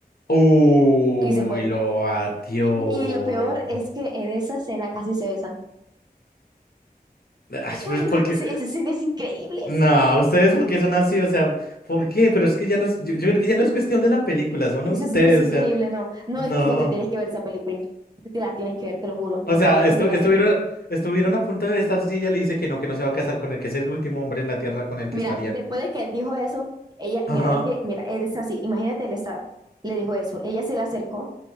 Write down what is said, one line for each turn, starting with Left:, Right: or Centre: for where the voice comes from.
Left: Uy,
Right: Y se fue.
Left: lo batió.
Right: Y lo peor es que en esa escena casi se besan.
Left: Ay,
Right: Uy,
Left: Pues
Right: no,
Left: porque.
Right: es que ese- esa escena es increíble.
Left: No, ustedes porque son así, o sea, ¿por qué? Pero es que ya no es. Yo, yo creo que ya no es cuestión de la película, son
Right: Esa
Left: ustedes,
Right: escena es increíble,
Left: o sea,
Right: no. No,
Left: no.
Right: es que tú te tienes que ver esa película. Tú Te la tienes que ver, te lo juro.
Left: O
Right: Por
Left: sea,
Right: favor,
Left: estu-
Right: míratela.
Left: estuvieron, estuvieron a punto de estar si ella le dice que no, que no se va a casar con él, que es el último hombre en la tierra con el que
Right: Mira,
Left: estaría.
Right: después de que él dijo eso, ella, mira,
Left: Ajá.
Right: es que, mira, él está así. Imagínate, él está, le dijo eso. Ella se le acercó